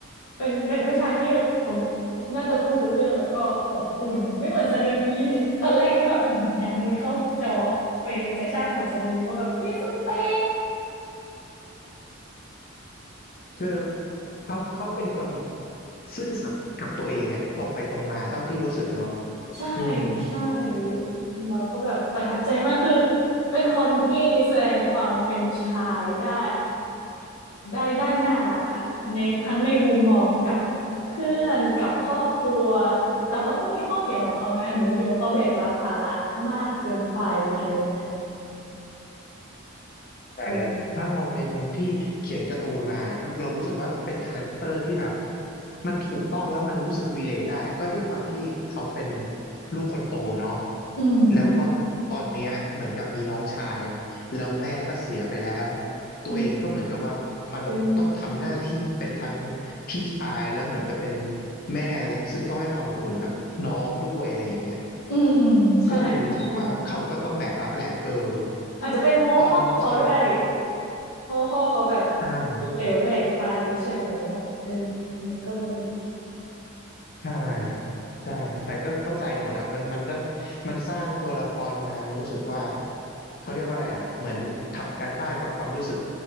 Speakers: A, on the left; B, on the left.
A: เป็นเป็นผู้ชายที่โอ้น่าจะพูดรู้เรื่องแล้วก็อบอุ่น ไม่เหมือนซาเนมิ <laughs> ตอนแรกนี่แบบอื้อหืออยากมุดเข้าจอไปกระชากหัวซาเนมิว่าแบบมิสเตอร์เตะ
B: คือเขาเขาเป็นคนซื่อสัตย์กับตัวเองอะตรงไปตรงมาเท่าที่รู้สึกอะเนาะ
A: ใช่
B: อืม
A: ใช่เราก็แบบประทับใจมากคือเป็นคนที่แสดงความเป็นชายได้ได้ได้น่ารักอะในทั้งในมุมมองกับเพื่อนกับครอบครัวแต่ว่าก็มีข้อเสียของเขานะหนูรู้สึกว่าเขาแบกรับภาระมากเกินไปอะไรเงี้ย
B: แต่
A: เออ
B: ถ้ามองในมุมที่เขียนการ์ตูนมา เรารู้สึกว่าเป็นคาแรคเตอร์ที่แบบมันถูกต้องแล้วมันรู้สึกวีเลทได้ ก็ด้วยความที่เขาเป็นลูกคนโตเนาะ
A: อืม
B: แล้วก็ตอนเนี้ยเหมือนกับมีน้องชาย แล้วแม่ก็เสียไปแล้วตัวเองก็เหมือนกับว่ามันต้องทำหน้าที่เป็นทั้ง
A: อืมเป็น
B: พี่ชายแล้วเหมือนกับเป็นแม่ ซึ่งต้องให้ความอบอุ่นกับน้องด้วยอะไรอย่างเงี้ย
A: อืมอืมใช่ค่ะใช่
B: ก็เลยรู้สึกว่าเขาก็ต้องแบกรับแหละเออ
A: อาจจะเป็นเพราะว่าพ่อเขาด้วย
B: ตอนตอน
A: เพราะว่าพ่อเขาแบบ
B: ใช่
A: เหลวแหลกไปใช่ไหมแบบเออมันก็เลย
B: ใช่ใช่แต่ก็เข้าใจหมดอ่ะมันมันก็มันสร้างตัวละครมารู้สึกว่าเขาเรียกว่าอะไรอ่ะเหมือนทำการบ้านกับความรู้สึก